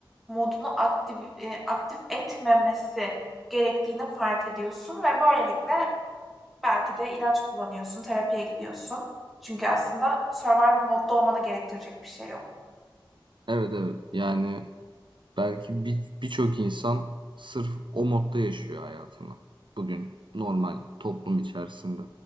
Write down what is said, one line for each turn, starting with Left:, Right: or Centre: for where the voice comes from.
Centre: modunu aktif, eee, aktif etmemesi gerektiğini fark ediyorsun ve böylelikle belki de ilaç kullanıyorsun, terapiye gidiyorsun. Çünkü aslında Survivor modda olmanı gerektirecek bir şey yok.
Right: Evet evet. Yani Belki bir birçok insan sırf o modda yaşıyor hayatını bugün normal toplum içerisinde.